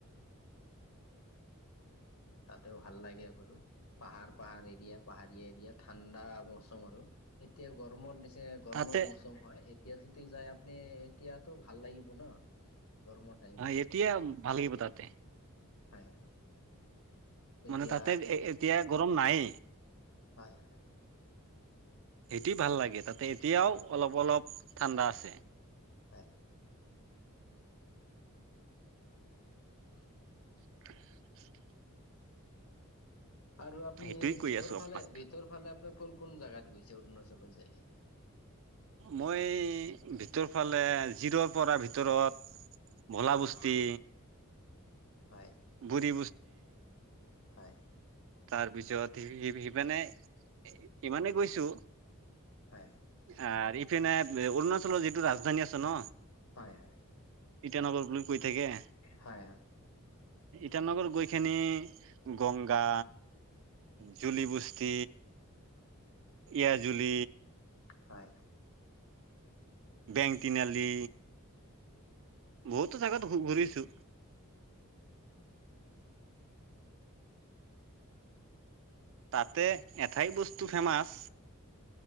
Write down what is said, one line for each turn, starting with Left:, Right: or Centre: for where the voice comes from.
Left: তাতেও ভাল লাগে বোলো পাহাৰ পাহাৰ এৰিয়া পাহাৰীয়া এৰিয়া ঠাণ্ডা মৌচম আৰু এতিয়া গৰমৰ নিচিনা গৰমৰ
Right: তাতে
Left: মৌচম হয় এতিয়া যদি যাই আপুনি এতিয়াতো ভাল লাগিব ন গৰমৰ টাইমত
Right: অ এতিয়া ভাল লাগিব তাতে
Left: হয় এতিয়া
Right: মানে তাতে এ এতিয়া গৰম নাই
Left: হয় হয়
Right: তি ভাল লাগে তাতে এতিয়াও অলপ অলপ ঠাণ্ডা আছে।
Left: হয় <inaudible>
Right: <unintelligible>
Left: আৰু আপুনি
Right: সেইটোৱে কৈ
Left: ভিতৰ
Right: আছো
Left: ফালে
Right: আপোনাক
Left: ভিতৰ ফালে আপোনাৰ কোন কোন জাগাত গৈছ- অৰুণাচলৰ যায়‌ কিনি
Right: মই ভিতৰ ফালে জিৰৰ পৰা ভিতৰত ভোলা
Left: হয়
Right: বস্তি
Left: হয় হয়
Right: বুঢ়ী
Left: হয়
Right: তাৰ পিছত সিপিনে মানে ইমানে গৈছো
Left: হয় হয়।
Right: আৰু ইপিনে অৰুণাচলৰ যিটো ৰাজধানী আছে ন
Left: হয় হয়
Right: ইটানগৰ বুলি কৈ থাকে
Left: হয় হয় হয় হয়
Right: ইটানগৰত গৈ খিনি গংগা জুলি বস্তি এয়া জুলি
Left: হয়
Right: বেংটিআলি বহুতো জেগাত ঘূ ঘূৰিছো। তাতে এঠাই বস্তু ফেমাছ